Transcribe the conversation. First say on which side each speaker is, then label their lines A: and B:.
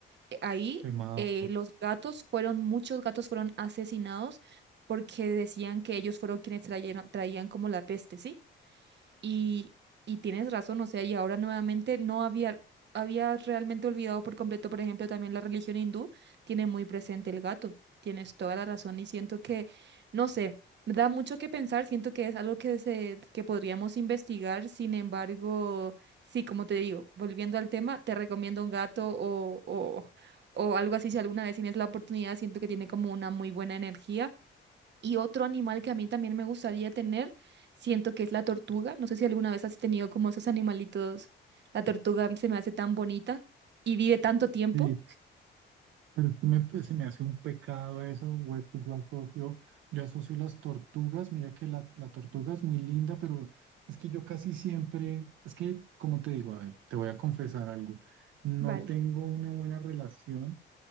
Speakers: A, on the right (about 60°); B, on the right (about 80°).
A: eh, Ahí
B: ¿Qué más?
A: eh, los gatos fueron, muchos gatos fueron asesinados porque decían que ellos fueron quienes trayeron- traían como la peste, ¿sí? Y, y tienes razón, o sea, y ahora nuevamente no había, había realmente olvidado por completo, por ejemplo, también la religión hindú tiene muy presente el gato, tienes toda la razón y siento que, no sé, me da mucho que pensar, siento que es algo que, se, que podríamos investigar, sin embargo, sí, como te digo, volviendo al tema, te recomiendo un gato o, o, o algo así, si alguna vez tienes la oportunidad, siento que tiene como una muy buena energía y otro animal que a mí también me gustaría tener, siento que es la tortuga. No sé si alguna vez has tenido como esos animalitos. La tortuga se me hace tan bonita y vive tanto tiempo.
B: Sí, pero es que me, pues, se me hace un pecado eso, o es que yo asocio, yo asocio las tortugas, mira que la, la tortuga es muy linda, pero es que yo casi siempre, es que, como te digo, a ver, te voy a confesar algo, no
A: Vale.
B: tengo una buena relación